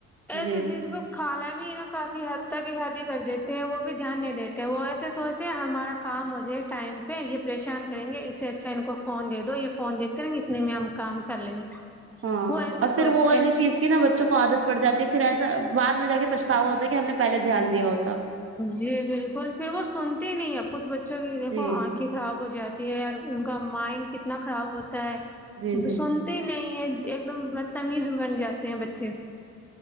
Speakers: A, in the centre; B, on the right.
A: ایسے
B: جی
A: جد کو خالہ بھی ہے نا کافی حد تک شادی کر دیتے ہیں وہ بھی دھیان نہیں دیتے ہیں وہ ایسے سوچ ہمارا کام م ہو جائے ٹائم یہ پریشان کریں گے اس سے اچھا ان کو فون د دو یہ فون دیتے کتنے میں ہم کام کر لیں گے
B: ہاں
A: وہ ایسے
B: اور پھر
A: سوچتے
B: وہ والی
A: ہیں
B: چیز کی نا بچوں کو عادت پڑ جاتی ہے پھر ایسا بد میں جا کے پچھتاوا ہوتا ہے کہ ہم نے پہے دھیان دیا ہوتا
A: جی بالکل پھر وہ سنتے ہی نہیں اب خھ ب بچوں کی دیکو
B: جی
A: آنکھیں خراب ہو جاتی اور ان کا مائنڈ کتنا خراب ہوتا
B: جی جی
A: سنتے نہیں ہے ایک دم بدتمیز بن جاتے ہیں بچے